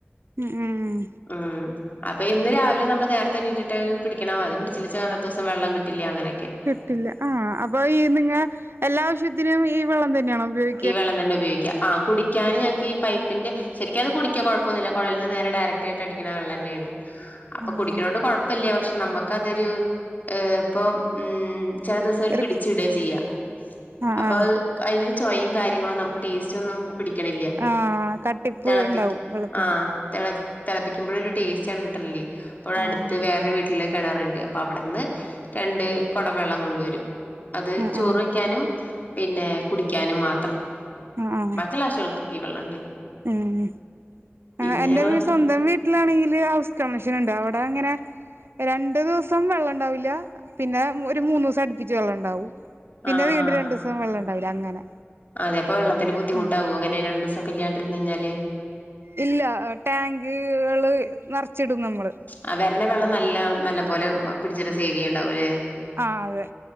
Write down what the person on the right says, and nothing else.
ഉം ഉം ഉം
കിട്ടില്ല ആഹ് അപ്പൊ ഈ നിങ്ങ എല്ലാ ആവശ്യത്തിനും ഈ വെള്ളം തന്നെയാണോ ഉപയോഗ
ആഹ്
റിക്
ആഹ്
ആഹ്
ആഹ് കട്ടിപ്പ്
ഉണ്ടാവും വെള്ളത്തിന്
ആഹ്
ആഹ്
ആഹ്
ആഹ് ആഹ്
ഉം
ആഹ് എന്റെ
വീ സ്വന്തം വീ ട്ട്ലാണെങ്കിൽ ഹൗസ് കണക്ഷനുണ്ട് അഒടങ്ങനെ രണ്ടുദിവസം വെള്ളണ്ടാവില്ല. പിന്നെ ഒരു മൂന്നു സം ട്പ്പിച്ച് വെള്ളണ്ടാവും. പിന്നെ
വീണ്ടും
രണ്ടു സം വെള്ളണ്ടാവില അങ്ങനെ.
ആ
ഇല്ല ടാങ്ക്കള് നർച്ചിടും നമ്മ
ആ അതെ